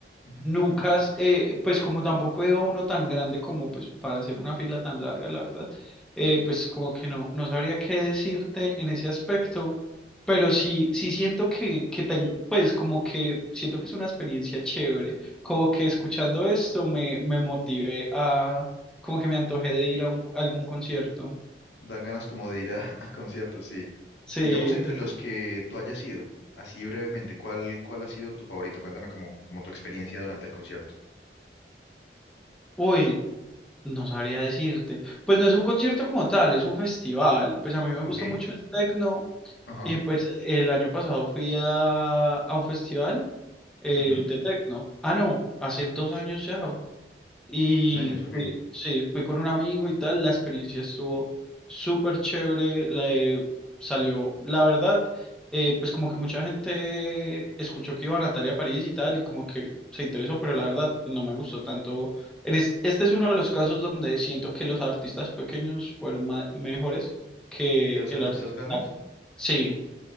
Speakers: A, on the left; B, in the centre.
A: ujú.
B: nunca, has- eh, pues como tampoco he ido a uno tan grande como pues para hacer una fila tan larga, la verdad, eh, pues como que no, no sabría qué decirte en ese aspecto, pero sí, sí siento que, que ten- pues como que siento que es una experiencia chévere, como que escuchando esto me, me motivé a, como que me antojé de ir a un- algún concierto,
A: Dan ganas como de ir a, <laughs> a conciertos, sí.
B: sí.
A: Digamos entre los que tú hayas ido, así brevemente, ¿cuál, cuál ha sido tu favorito? Cuéntame como, como tu experiencia durante el concierto.
B: Uy, No sabría decirte. Pues no es un concierto como tal, es un festival. Pues a mí me gusta
A: Ok,
B: mucho el tecno
A: ajá,
B: y pues el año pasado fui a, a un festival eh,
A: ujú.
B: de tecno. Ah, no, hace dos años ya, y
A: Tus años, ok.
B: fui, sí, fui con un amigo y tal, la experiencia estuvo súper chévere, le salió, la verdad, eh, pues como que mucha gente escuchó que iba a Natalia París y tal, y como que se interesó, pero la verdad no me gustó tanto. En es- este es uno de los casos donde siento que los artistas pequeños fueron ma- mejores que
A: ¿Y los
B: el
A: artistas
B: artista.
A: grandes?
B: Sí,